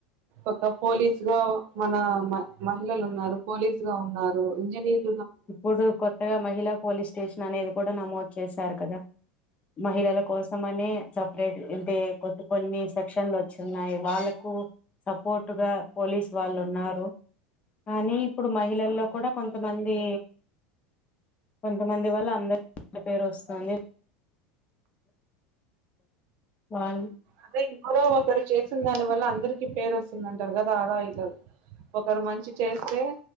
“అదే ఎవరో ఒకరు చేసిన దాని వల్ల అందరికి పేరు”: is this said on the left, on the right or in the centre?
Right